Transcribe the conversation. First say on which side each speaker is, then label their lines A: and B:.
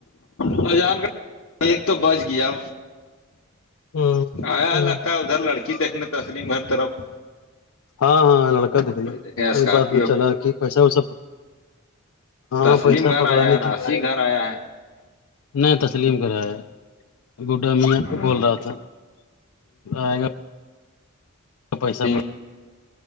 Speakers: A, on the left; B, on the left.
A: ا جان کر ایک تو بچ گیا
B: پورا
A: آیا لگتا ہے ادھر لڑکی دیکھنے تسلیم ہر طرف
B: ہاں ہاں لڑکا دکھنے
A: کوئی دیکھے اسکارپیو
B: ا بات تو چلا کہ پیسہ ویسا ہاں
A: تسلیم
B: پیسہ
A: گھر
B: پکڑانے
A: آیا ہے ناسی
B: کے لیے آیا
A: گھر ہے
B: نہیں تسلیم کرا ہے گڈا میاں
A: ہاں
B: بول رہا تھا آئے گا پسہ
A: تین